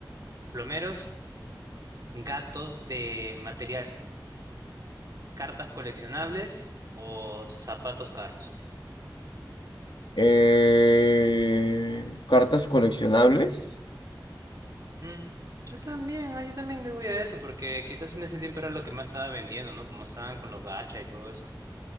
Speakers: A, on the right; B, on the left.
A: mm, plomeros, gatos de material cartas coleccionables o zapatos caros.
B: Eh, cartas coleccionables.
A: Mm, yo también, ah, yo también le voy a eso, porque quizás en ese tiempo era lo que más estaba vendiendo, ¿no? Como estaban con los gacha y todo eso.